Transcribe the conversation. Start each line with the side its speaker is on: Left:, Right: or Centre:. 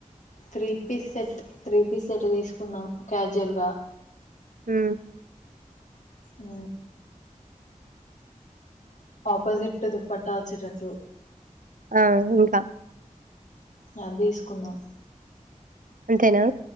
Left: three piece set three piece set తీసుకుందాం క్యాజువలెటల్ గా
Right: హు
Left: హు ఆపోజిట్ దుప్పట్టా వచ్చేటట్టు
Right: ఆ ఇంకా
Left: అది తీసుకుందాం
Right: అంతేనా